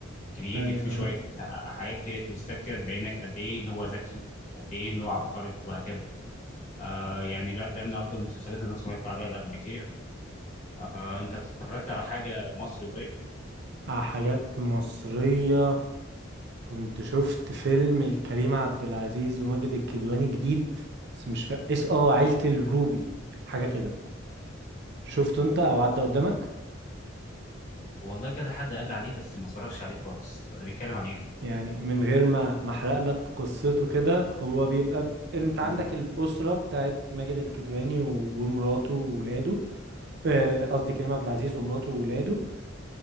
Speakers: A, on the left; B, on the right.
A: كرييتيف
B: ايوه
A: في شويه
B: اه
A: آه، حاجات كده تويستات كده تبينك قد ايه ان هو ذكي قد ايه ان هو عبقري وهكذا آه يعني لا ده من افضل المسلسلات اللي انا اتفرجت عليها الامريكيه آه انت اتفرجت على حاجه مصري قريب
B: آه، حاجات مصرية كنت شفت فيلم لكريم عبد العزيز وماجد الكدواني جديد بس مش فا... اس اه عيلة الروبي حاجة كده شفته انت او عدى قدامك
A: والله كذا حد قال لي عليه بس ما اتفرجش عليه خالص ده بيتكلم عن ايه ده
B: يعني من غير ما ما احرق لك قصته كده هو بيبقى ب... انت عندك
A: امم
B: الأسرة بتاعت ماجد الكدواني و... ومراته وولاده آه، قصدي كريم عبد العزيز ومراته وولاده